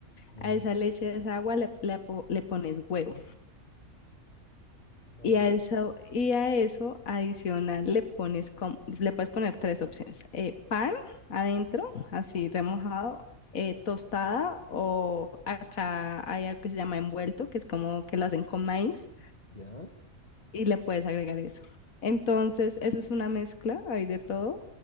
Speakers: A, on the left; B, on the left.
A: Ya,
B: A esa leche, a esa agua le, le po- le pones huevo.
A: vale.
B: Y a eso, y a eso adicional le pones com- le puedes poner tres opciones. eh, pan adentro, así remojado, eh, tostada, o acá hay algo que se llama envuelto, que es como que lo hacen con maíz,
A: Ya.
B: y le puedes agregar eso. Entonces, eso es una mezcla, hay de todo,